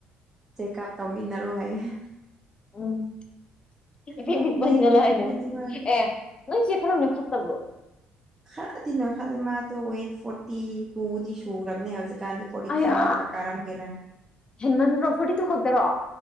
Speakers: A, on the right; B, on the left.
A: ꯆꯦꯛꯑꯞ ꯇꯧꯃꯤꯟꯅꯔꯣ ꯍꯥꯏꯌꯦ
B: <unintelligible>
A: ꯅꯣꯛꯅꯤꯡꯒꯅꯤ ꯃꯥꯗꯤ
B: ꯅꯣꯏꯆꯦ ꯈꯔ ꯅꯦꯏꯈꯠꯇꯕ꯭ꯔꯣ
A: ꯈꯔꯗꯤ ꯅꯣꯏꯈꯠꯂꯦ ꯃꯥꯗꯣ ꯋꯦꯠ ꯐꯣꯔꯇꯤ ꯇꯨꯗꯤ ꯁꯨꯈ꯭ꯔꯕꯅꯦ ꯍꯧꯖꯤꯛ ꯥꯀꯥꯟꯗꯤ ꯐꯣꯔꯇꯤ
B: ꯑꯌꯥ
A: ꯊ꯭ꯔꯤ ꯃꯨꯛꯀꯥ ꯀꯥꯔꯝꯒꯦꯔꯥ
B: ꯍꯦꯟꯃꯟꯗ꯭ꯔꯣ ꯐꯣꯔꯇꯤ ꯇꯨ ꯈꯛꯇꯔꯣ